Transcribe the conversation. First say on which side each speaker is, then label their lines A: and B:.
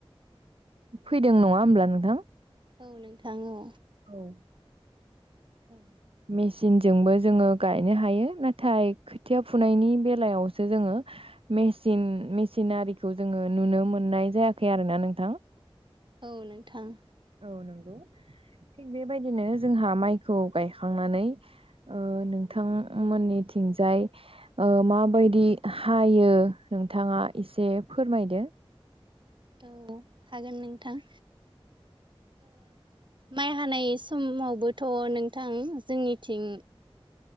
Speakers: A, on the right (about 65°); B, on the right (about 50°).
A: फैदों नङा होमब्ला नोंथां?
B: औ नोंथां औ।
A: औ
B: औ
A: मेसिनजोंबो जोङो गायनो हायो नाथाय खोथिया फुनायनि बेलायावसो जोङो। मसिन मेसिनारिखौ जोङो नुनो मोननाय जायाखै आरोोना नोंथां।
B: औ नोंथां।
A: औ नंगौ। थिग बेबायदिनो जोंहा माइखौ गायखांनानै नोंथांमोननि थं जाय माबायदि हायो नोंथाङा एसे फोरमायदो।
B: औ हागोन नोंथां। माइ हानाय समावबोथ' नोंथां जोंनिथिं।